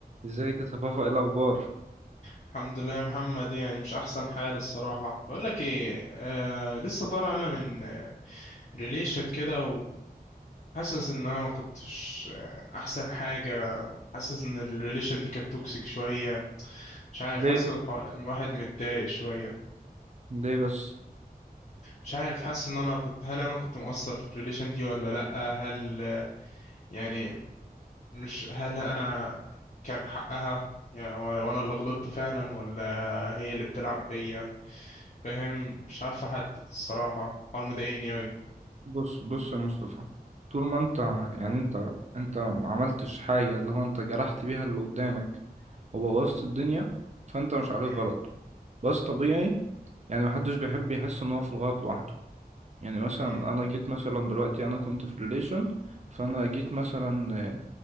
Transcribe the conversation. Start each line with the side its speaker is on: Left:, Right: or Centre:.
Right: ازيك يا صفافة ايه الأخبار؟
Left: الحمد لله يا محمد يعني مش احسن حال الصراحه بقول لك ايه آه لسه طالع انا من ريليشن كده وحاسس ان انا ما كنتش آه، احسن حاجه حاسس ان الريليشن دي كانت توكسيك شويه مش عارف
Right: ليه؟
Left: حاسس الح- الواحد متضايق شويه
Right: ليه بس؟
Left: مش عارف حاسس ان انا كنت هل انا كنت مقصر في الريليشن دي ولا لا هل آه، يعني مش هل انا كان حقها يعني وانا اللي غلطت فعلا ولا هي اللي بتلعب بيا فاهم مش عارف احدد الصراحة الحوار مضايقني اوي
Right: بص بص يا مصطفى طول ما انت
Left: امم
Right: يعني انت انت ما عملتش حاجة اللي هو انت جرحت بيها اللي قدامك وبوظت الدنيا فانت مش عليك
Left: امم
Right: غلط بس طبيعي يعني محدش بيحب يحس ان هو في الغلط لوحده يعني مثلا
Left: امم
Right: انا جيت مثلا دلوقتي انا كنت في ريليشن فانا جيت مثلا آه،